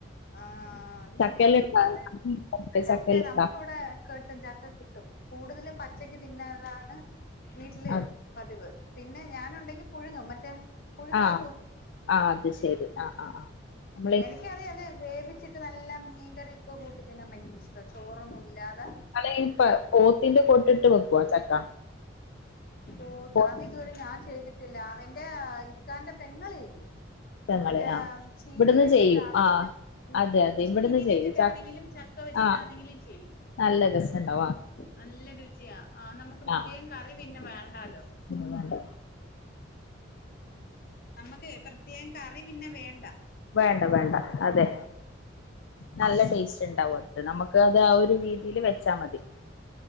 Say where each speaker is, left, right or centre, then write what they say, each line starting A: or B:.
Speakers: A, on the left (about 45°); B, on the left (about 65°).
A: ആഹ്
B: ചക്കല്ലുണ്ടാ
A: ഈയൊന്നും പറയാ ചക്കെ
B: ചക്കല്ലുണ്ടാ
A: നമ്മക്ക്‌ വടെ ക്ക്ട്ടും ചക്ക കിട്ടും കൂടുതലും പച്ചക്ക് തിന്നാലാണ് വീട്ടില്
B: ആഹ്
A: പതിവ് പിന്നെ ഞാനുണ്ടെങ്കി പുഴുങ്ങും മറ്റേ പുഴുക്കാക്കും
B: ആഹ് അത് ശരി ആഹ് ആഹ് ആഹ് നമ്മളീ
A: ക്ക്യറിയാ അത് വേവിച്ച്ട്ട് നല്ല മീൻകറ്യൊക്കെ കൂട്ടിതിന്ന ഭയങ്കരിഷ്ട ചോറൊന്നുല്ലാതെ
B: അല്ലങ്കി പൊ പോത്തിന്റെ കൊട്ടിട്ട് വെക്ക്വോ ചക്ക?
A: പോത്ത്
B: പോ
A: അത് ഇത് വരെ ഞാൻ ചെയ്തിട്ടില്ല അവന്റെ ഇക്കാന്റെ പെങ്ങളെയ്യും
B: ങ്ങള്
A: മറ്റേം
B: ആ
A: ചീനി
B: ഇവിടുന്ന്
A: വെച്ച്ട്ടാണെങ്കിലും
B: ചെയ്യും ആ
A: ഉം
B: അതെ അതെ
A: ചീനി
B: ഇവിടുന്ന് ചെയ്യും
A: വെച്ച്ട്ടാണെങ്കിലും
B: ച
A: ച ക്ക വെച്ച്ട്ടാണെങ്കിലും
B: ആ
A: ചെയ്യും.
B: നല്ല രസണ്ടാ
A: നല്ല രുചിയാ ആഹ് നമക്ക് പ്രത്യേകം
B: ആ
A: കറി പിന്നെ വേണ്ടാലോ
B: <unintelligible>
A: നമക്ക് പ്രത്യേകം കറി പിന്നെ വേണ്ട
B: വേണ്ട വേണ്ട അതെ നല്ല ടേസ്റ്റ് ണ്ടാവും <unintelligible> നമക്കത് ആ ഒര് രീതില് വെച്ചാ മതി